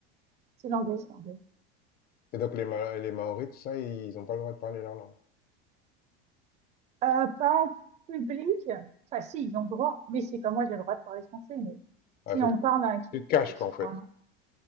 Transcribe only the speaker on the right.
c'est l'anglais, c'est l'anglais.
Euh, pas en public. Enfin, si, ils ont le droit. Mais c'est comme moi, j'ai le droit de parler français, mais
si
on
parle à un kiwi,
il
faut que
ce
soit
un an.